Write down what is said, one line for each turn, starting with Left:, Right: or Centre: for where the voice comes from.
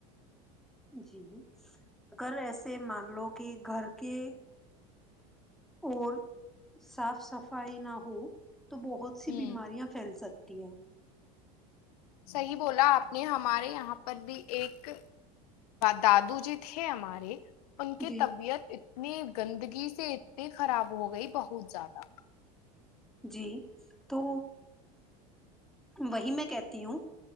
Centre: جی اگر ایسے مان لو کہ گھر کے اور صاف صفائی نہ ہو تو بہت سی
Left: ہوں
Centre: بیماریاں پھیل سکتی <unintelligible>
Left: صحی بولا آپ نے ہمارے یہاں پر بھی ایک دادو جی تھے ہمارے ان کی
Centre: جی
Left: طبیعت اتنی گندگی سے اتنی خراب ہو گئی بہت زیادہ
Centre: جی تو وہی میں کہتی ہوں